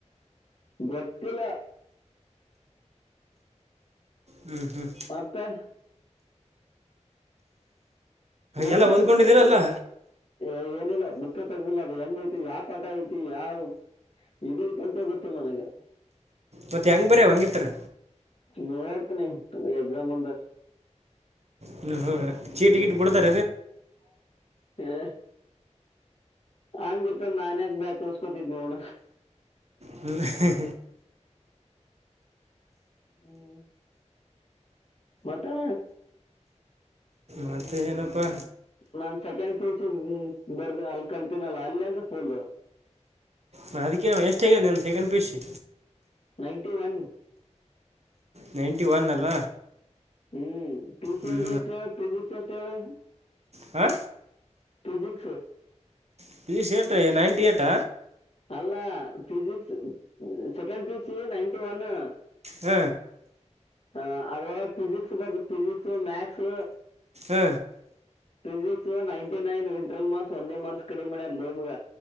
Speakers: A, on the left; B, on the right.
A: ಗೊತ್ತಿಲ.
B: ಹ್ಞೂ ಹ್ಞೂ
A: ಮತ್ತೆ. ವೈಫೈ
B: ಎಲ್ಲ ಓದ್ಕೊಂಡಿದ್ದೀರಲ್ಲ
A: ತೊಗೊಂಡಿರ್ತೀನ್, ಎ ಏನಿಲ್ಲ ಬುಕ್ಕ ತಗ್ದಿಲ್ಲ ಅದ್ ಹೆಂಗ ಐತ್ ಯಾವ ಪಟ ಐತಿ ಯಾವ್, ಇದ ಐತಂತ ಗೊತ್ತಿಲ್ಲ ನನಗೆ.
B: ಮತ್ತು ಹೆಂಗೆ ಬರೀ ಹಂಗಿತ್ತಾರೆ
A: ನೋ <unintelligible> ಎಗ್ಸಾಮ್ ಬಂದಾಗ.
B: ಹ್ಮ ಹ್ಮ ಚೀಟ ಗೀಟ್ ಕೊಡ್ತಾರ್
A: ಕರೆ ಹೂ <inaudible> ಹೆ ಹಂಗಿತ್ತು ನನ್ ಯಾಕ್ ಬ ಕಳಸ್ಕೊತಿದ್ ನೋಡ
B: ಹ್ಮ್
A: ಹ್ಮ್ ಮತ್ತಣ
B: ಮತ್ತೆ ಏನಪ್ಪಾ
A: ನಾನ್ ಸೆಕೆಂಡ್ ಪಿ ಯೂ ಸಿ ಬರ್ ಅಲ್ಲಿ ಕಲ್ತೀನಲ್ಲ ಅಲ್ಲ ಅಂದ್ರೆ ಫುಲ್
B: ನಾ ಅದಕ್ಕೆ ಎಷ್ಟು ಹೇಗ ನನ್ second P U C
A: ninety one
B: ನೀನೇತ್ಯವನ್ ಅಲ್ಲ
A: ಹ್ಮ್ ಪಿ ಸಿ
B: ಹ್ಞೂ
A: ಎಂ ಬಿ ಎಷ್ಟ್ ಹೇಳು ಫಿಸಿಕ್ಸ್ ಹೇಳು
B: ಆ
A: ಫಿಸಿಕ್ಸು
B: <inaudible> ಏನ್ ನೈಂಟಿ ಏಟ್
A: ಅಲ್ಲಾ ಫಿಸಿಕ್ಸು ಏ ಸೆಕೆಂಡ್ ಪಿ ಯು ಸಿಲಿ ನೈಂಟಿ ಒನ್ನು
B: ಹ್ಮ್
A: ಹ ಅದ್ರಲ್ಲಿ ಫಿಸಿಕ್ಸು ಬರ್ದು ಫಿಸಿಕ್ಸು ಮಾಥ್ಸ್
B: ಹ
A: ಫಿಸಿಕ್ಸಿಗೆ ನೈಂಟಿ ನೈನ್ ಇಂಟ್ರಲ್ ಮಾರ್ಕ್ಸ್ ಒಂದೇ ಮಾರ್ಕ್ಸ್ ಕಡಿಮೆ ಮಾಡವ್ನೆ ಬೋಳಿಮಗ